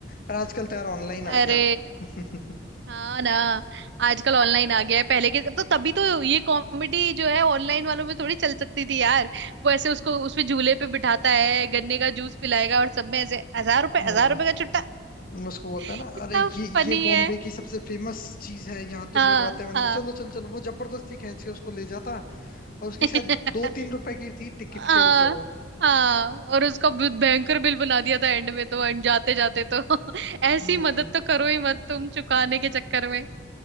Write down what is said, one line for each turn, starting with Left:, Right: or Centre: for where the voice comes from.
Left: पर आजकल तो यार ऑनलाइन
Right: अरे
Left: आ गया <laughs>
Right: हाँ ना आजकल ऑनलाइन आ गया है पहले के तो तभी तो ये कॉमेडी जो है ऑनलाइन वालों में थोड़ी चल सकती थी यार वो ऐसे उसको उसमें झूले पे बिठाता है गन्ने का जूस पिलाएगा और सब में ऐसे हजार रुपए
Left: हम्म
Right: हजार रुपए का छुट्टा <laughs>
Left: उसको बोलता है
Right: कितना
Left: ना अरे ये
Right: फनी
Left: ये बॉम्बे
Right: है
Left: की सबसे फेमस चीज है यहाँ तो
Right: हाँ
Left: लोग आते हैं वरना-
Right: हाँ
Left: चलो चलो चलो वो जबरदस्ती खींच के उसको ले जाता और उसके
Right: <laughs>
Left: शायद दो तीन रुपए की थी टिकट के
Right: हाँ
Left: रुपए वो
Right: हाँ और उसका बहुत भयंकर बिल बना दिया था एंड में तो एंड जाते जाते तो <laughs> ऐसी
Left: हम्म
Right: मदद तो करो ही मत तुम चुकाने के चक्कर में